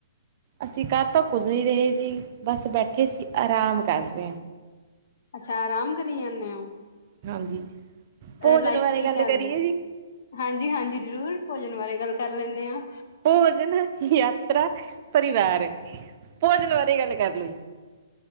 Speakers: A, on the right; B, on the left.
A: ਅਸੀਂ ਕਰ ਤਾਂ ਕੁਝ ਨਹੀਂ ਰਹੇ ਜੀ ਬਸ ਬੈਠੇ ਸੀ ਆਰਾਮ ਕਰ <unintelligible>
B: ਅੱਛਾ ਆਰਾਮ ਕਰੀ ਜਾਂਦੇ ਹੋ
A: ਹਾਂਜੀ ਭੋਜਨ
B: ਲਾਈਫ
A: ਬਾਰੇ
B: ਚ ਕੀ
A: ਗੱਲ
B: ਕਰਦੇ
A: ਕਰੀਏ
B: ਹੋ
A: ਜੀ
B: ਹਾਂਜੀ ਹਾਂਜੀ ਜ਼ਰੂਰ ਭੋਜਨ ਬਾਰੇ ਗੱਲ ਕਰ ਲੈਂਦੇ ਹਾਂ
A: ਭੋਜਨ, ਯਾਤਰਾ, ਪਰਿਵਾਰ ਭੋਜਨ ਬਾਰੇ ਗੱਲ ਕਰਲੂ